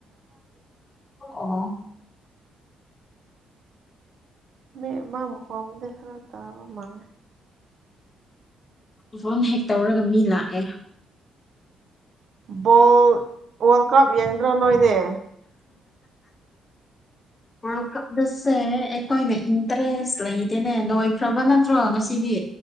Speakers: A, on the left; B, on the right.
A: ꯑꯣ
B: ꯃꯤ ꯑꯃꯃꯨꯛ ꯍꯣꯡꯕ ꯐꯔꯛ ꯇꯕ ꯃꯥꯅꯦ
A: ꯎꯝ ꯐꯣꯟ ꯍꯦꯛ ꯇꯧꯔꯒ ꯃꯤ ꯂꯥꯛꯑꯦ
B: ꯕꯣꯜ ꯋꯥꯔꯜ ꯀꯞ ꯌꯦꯡꯗ꯭ꯔꯥ ꯅꯣꯏꯗꯤ
A: ꯋꯥꯔꯜ ꯀꯞ ꯁꯦ ꯑꯩꯈꯣꯏꯅ ꯏꯟꯇꯔꯦꯁ ꯂꯩꯇꯦꯅꯦ ꯂꯣꯏꯈ꯭ꯔꯕ ꯅꯠꯇ꯭ꯔꯣ ꯉꯁꯤꯗꯤ